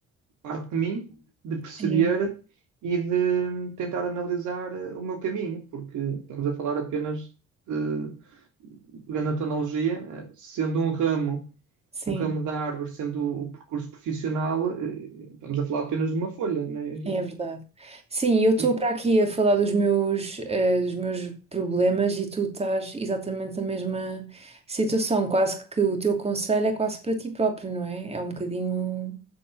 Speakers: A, on the right; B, on the right.
A: parte de mim de perceber
B: sim,
A: e de tentar analisar eh, o meu caminho, porque estamos a falar apenas de, pegando a tecnologia, eh, sendo um ramo
B: sim.
A: um ramo da árvore sendo o, o percurso profissional, eh, estamos a falar apenas de uma folha, né?
B: É verdade. Sim, eu estou
A: E-
B: para aqui a falar dos meus, eh, dos meus problemas e tu estás exatamente na mesma situação. Quase que o teu conselho é quase para ti próprio, não é? É um bocadinho.